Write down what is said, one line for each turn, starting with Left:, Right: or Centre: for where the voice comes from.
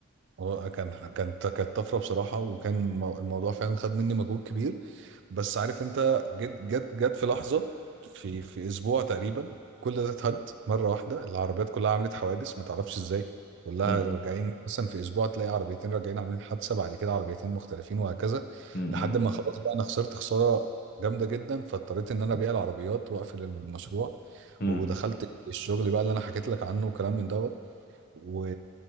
Right: هو كان كانت كانت طفرة بصراحة وكان المو- الموضوع فعلا خد مني مجهود كبير بس عارف انت جت جت جت في لحظه في في اسبوع تقريبا كل ده اتهد مره واحده العربيات كلها عملت حوادث ما تعرفش ازاي كلها
Left: مم.
Right: راجعين مثلا في اسبوع تلاقي عربيتين راجعين عاملين حادثه بعد كده عربيتين مختلفين وهكذا
Left: مم.
Right: لحد ما خلاص بقى انا خسرت خساره جامده جدا فاضطريت ان انا ابيع العربيات واقفل المشروع
Left: مم.
Right: ودخلت الشغل بقى اللي انا حكيت لك عنه وكلام من دوت و